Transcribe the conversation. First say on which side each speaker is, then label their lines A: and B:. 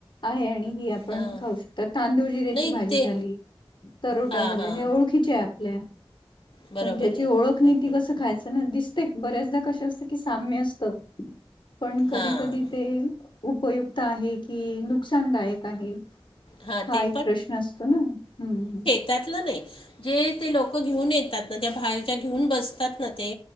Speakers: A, on the left; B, on the left.
A: आहे आणि ह पण
B: हां
A: खाऊ शकतात तांदूळ जिऱ्या
B: नाही
A: ची भाजी
B: ते
A: झाली तारोटा
B: हां
A: झाले
B: हां
A: हे ओडख जे आपल्या
B: बरोबर
A: पण ज्याची
B: आहे
A: ओळख नाय
B: बरोबर
A: ती कस
B: आहे
A: खायच ना दिस बऱ्याचदा कशं असतं की साम्य असतं पण कधी
B: हां
A: कधी ते उपयुक्त आहे कि नुकसानदायक आहे
B: हां
A: हा
B: ते
A: एक प्रश्न असतो ना हम्म
B: त्याल नाही जे ते लोक घेऊन येतात ना त्या बाहेर घेऊन बसतात ना ते